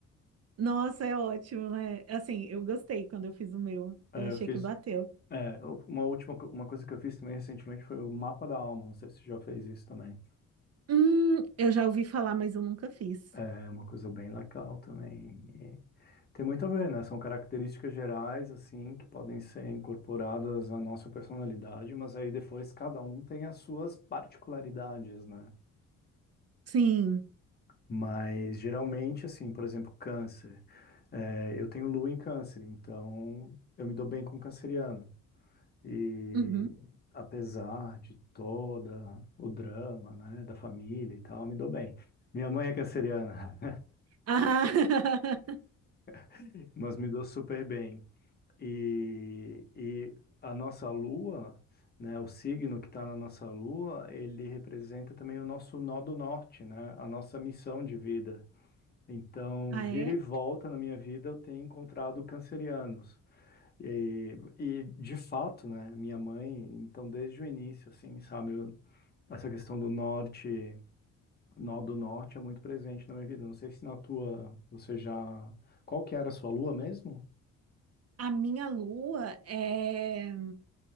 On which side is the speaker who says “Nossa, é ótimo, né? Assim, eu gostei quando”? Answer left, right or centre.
Right